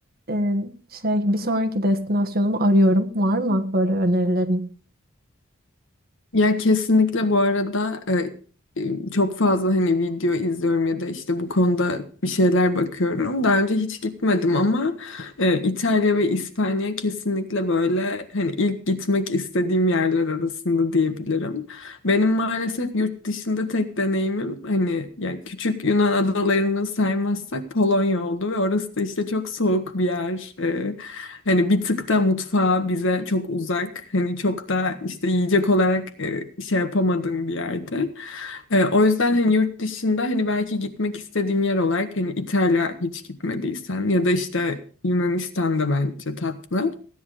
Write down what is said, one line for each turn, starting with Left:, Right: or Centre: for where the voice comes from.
Right: e, şey bir sonraki destinasyonumu arıyorum. Var mı böyle önerilerin?
Left: Ya kesinlikle bu arada e, e, çok fazla hani video izliyorum ya da işte bu konuda bir şeyler bakıyorum. Daha önce hiç gitmedim ama e, İtalya ve İspanya kesinlikle böyle hani ilk gitmek istediğim yerler arasında diyebilirim. Benim maalesef yurt dışında tek deneyimim hani ya küçük Yunan adalarını saymazsak Polonya oldu ve orası da işte çok soğuk bir yer. E, Hani bir tık da mutfağı bize çok uzak. Hani çok da işte yiyecek olarak e, şey yapamadığım bir yerde. E, o yüzden hani yurt dışında hani belki gitmek istediğim yer olarak hani İtalya hiç gitmediysen ya da işte Yunanistan da bence tatlı.